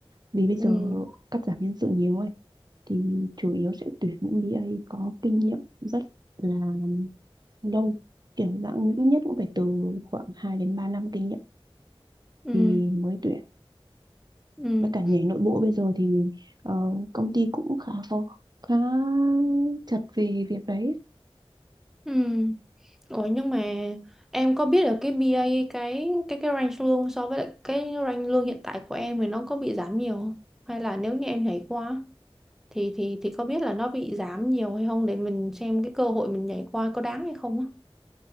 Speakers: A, on the right (about 45°); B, in the centre.
A: vì bây giờ
B: Ừ
A: cắt giảm nhân sự nhiều ấy thì chủ yếu sẽ tuyển những BA có kinh nghiệm rất là lâu kiểu dạng như ít nhất cũng phải từ khoảng 2 đến 3 năm kinh nghiệm
B: ừ
A: thì mới tuyển
B: ừ
A: với cả nhảy nội bộ bây giờ thì ờ, công ty cũng khá khó khá chặt về việc đấy
B: ừ. Ủa nhưng mà em có biết được cái BA cái cái cái range lương so với lại cái range lương hiện tại của em thì nó có bị giảm nhiều không? Hay là nếu như em nhảy qua thì thì thì có biết là nó bị giảm nhiều hay không để mình xem cái cơ hội mình nhảy qua có đáng hay không á.